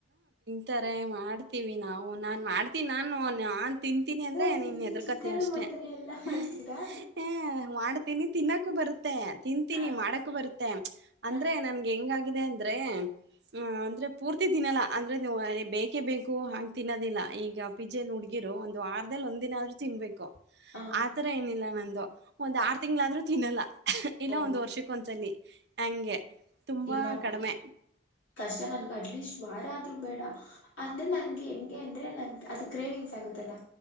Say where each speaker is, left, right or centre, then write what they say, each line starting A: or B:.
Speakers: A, on the right; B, on the left.
A: ತಾರೆ ಮಾಡ್ತೀವಿ ನಾವು ನಾನ್ ಮಾಡ್ತಿನ್ ನಾನು ತಿಂತೀನಿ ಅಂದ್ರೆ
B: ಓ
A: ನೀನ್
B: ನೀವು
A: ಹೆದ್ರಕತಿ
B: ಚಿಕನ್
A: ಅಷ್ಟೇ.
B: ಮಟನ್ ಎಲ್ಲ
A: ಹ
B: ಮಾಡ್ತೀರಾ
A: ಹ ಮಾಡ್ತೀನಿ ತಿನ್ನಕ್ಕೂ ಬರು ತ್ತೆ ತಿಂತೀನಿ
B: ಹ
A: ಮಾಡಕ್ ಬರುತ್ತೆ ಅಂದ್ರೆ
B: ಹ
A: ನನ್ಗೆ ಹೆಂಗಾಗಿದೆ ಅಂದ್ರೆ. ಹ ಅಂದ್ರೆ ಪೂರ್ತಿ ತಿನ್ನಲ್ಲ ಅಂದ್ರೆ ನೀವು ಬೇಕೇ ಬೇಕು ಹಾಂಗ್ ತಿನ್ನೋದಿಲ್ಲ. ಈಗ ಪಿಜೆಲ್ಲಿ ಹುಡುಗಿರು ಒಂದು ವಾರದಲ್ಲಿ ಒಂದಿನ ಆದ್ರೂ ತಿನ್ಬೇಕು
B: ಹ ಹ.
A: ಆತರ ಏನಿಲ್ಲ ನನ ಒಂದ್ ಆರು ತಿಂಗಳಾದ್ರೂ ತಿನ್ನಲ್ಲ ಇಲ್ಲ
B: ಓ
A: ಒಂದ್ ವರ್ಷಕ್ಕ ಒಂದ್ಸಲಿ ಹಂಗೆ. ತುಂಬಾ
B: ಇಲ್ಲಪ್ಪ
A: ಕಡಮೆ.
B: ಕಷ್ಟ ನನ್ಗ ಅಟ್ಲೀಸ್ಟ್ ವಾರ ಆದ್ರೂ ಬೇಡ ಅಂದ್ರೆ ನನ್ಗೆ ಹೆಂಗೆ ಅಂದ್ರೆ ನನ್ ಅದು ಕೇವಿಂಗ್ಸ್ ಆಗುತ್ತಲ್ಲ.